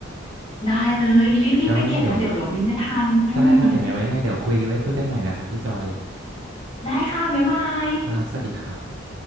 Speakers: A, on the left (about 25°); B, on the right (about 55°).
A: ได้เลยรีบรีบไปเก็บนะเดี๋ยวเดี๋ยวมันไม่ทันอืม
B: แล้วว่าไงเดี๋ยวได้ครับเดี๋ยวไงไว้ยังไงเดี๋ยวคุยไว้คุยกันใหม่นะครับพี่จอย
A: ได้ค่ะบ๊ายบาย
B: ครับสวัสดีครับ